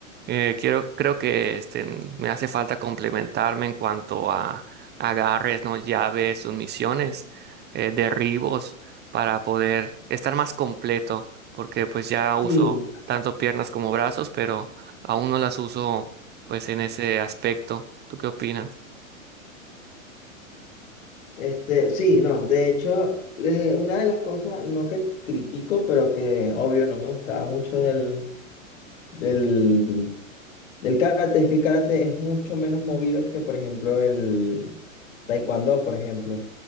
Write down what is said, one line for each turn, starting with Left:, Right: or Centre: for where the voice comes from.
Right: Eh, quiero, creo que este, me hace falta complementarme en cuanto a agarres, ¿no? Llaves, sumisiones, eh, derribos, para poder estar más completo porque pues ya uso
Left: Sí,
Right: tanto piernas como brazos, pero aún no las uso pues en ese aspecto. ¿Tú qué opinas?
Left: Este, sí, no, de hecho, le- una de las cosas, no que critico, pero que obvio no me gustaba mucho del, del, del karate, es que el karate es mucho menos movido que, por ejemplo, el taekwondo, por ejemplo.